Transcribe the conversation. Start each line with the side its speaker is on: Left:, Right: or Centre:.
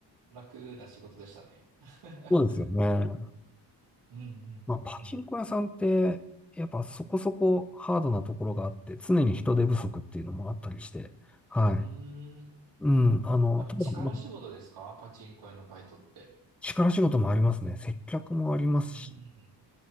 Right: 楽な仕事でしたね。<laughs>
Centre: そうですよね。
Right: うんう
Centre: まあ、
Right: んうん
Centre: パチンコ屋さんって、やっぱそこそこハードなところがあって、常に人手不足っていうのもあったりして、はい。
Right: うん。うーん。
Centre: うん、あの、
Right: やっぱ力仕事ですかパチンコ屋のバイトって。
Centre: ただ、まあ力仕事もありますね。接客もありますし、
Right: うん。